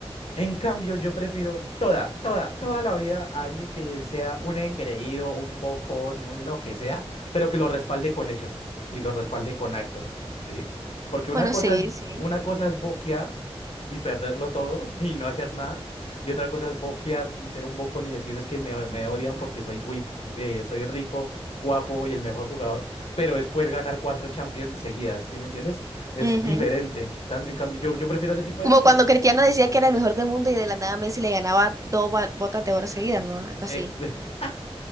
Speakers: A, on the left (about 70°); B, on the right (about 30°).
A: En cambio, yo prefiero toda, toda, toda la vida a alguien que sea un engreído, un bocón, un lo que sea, pero que lo respalde con hechos y lo respalde con actos, ¿sí? Porque una
B: bueno,
A: cosa
B: sí,
A: es,
B: sí.
A: una cosa es boquear y perderlo todo <laughs> y no hacer nada, y otra cosa es boquear y ser un bocón y decir es que me, me odian porque soy, guip- eh, soy rico, guapo y el mejor jugador, pero después ganar cuatro Champions seguidas, ¿sí me entiendes? Es
B: Ujú.
A: diferente. Tan- En cambio, yo, yo prefiero ese tipo
B: Como
A: de gente.
B: cuando Cristiano decía que era el mejor del mundo y de la nada Messi le ganaba dos ba- botas de oro seguidas, ¿no? Algo así.
A: Ex- <laughs>